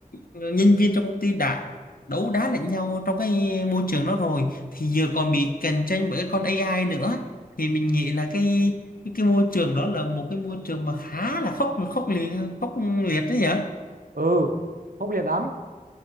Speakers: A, on the left; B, on the right.
A: nhân viên trong công ty đã đấu đá lẫn nhau trong cái môi trường đó rồi thì giờ còn bị cạnh tranh bởi con AI nữa thì mình nghĩ là cái cái, cái môi trường đó là một cái môi trường mà khá là khốc khốc liệt khốc liệt đấy nhỉ
B: ừ khốc liệt lắm